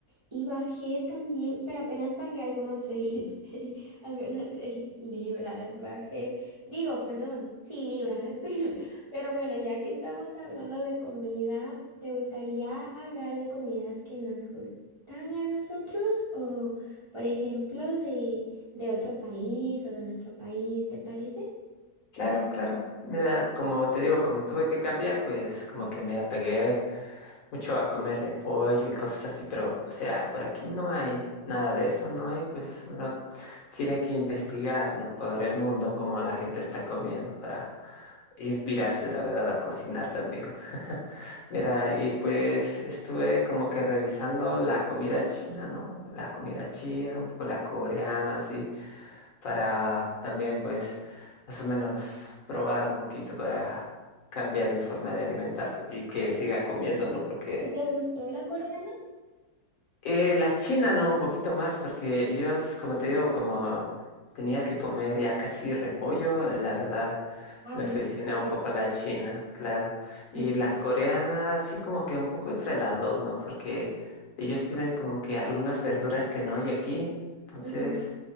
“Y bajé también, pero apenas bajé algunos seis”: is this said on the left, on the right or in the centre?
Right